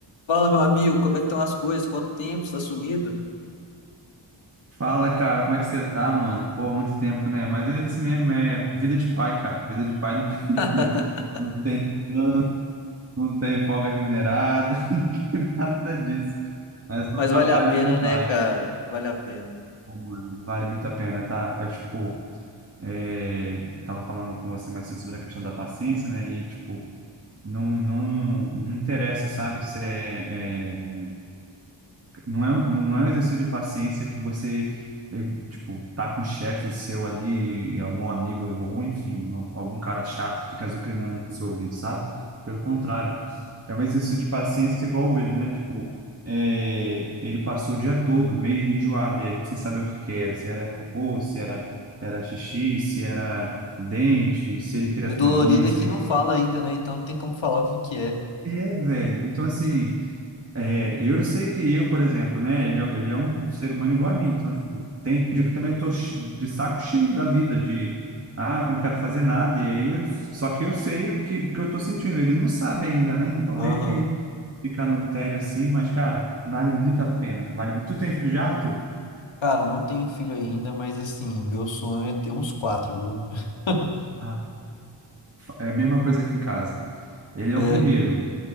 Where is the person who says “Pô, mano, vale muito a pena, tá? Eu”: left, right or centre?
Right